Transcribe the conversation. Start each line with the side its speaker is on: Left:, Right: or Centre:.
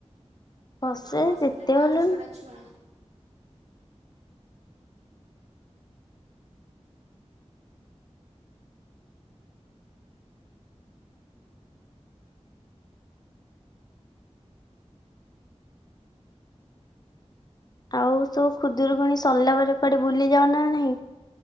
Left: ବସେ
Right: ଆମର ସେମତି
Left: ଏତେ
Right: ପାଞ୍ଚ
Left: ଗଲୁଣି
Right: ଛଅଟା ଛୁଆ।
Left: ଆଉ ସଉ ଖୁଦୁରୁକୁୁଣୀ ସର୍ ଲା ପରେ କୁଆଡେ ବୁଲି ଯାଉ ନା ନାହିଁ?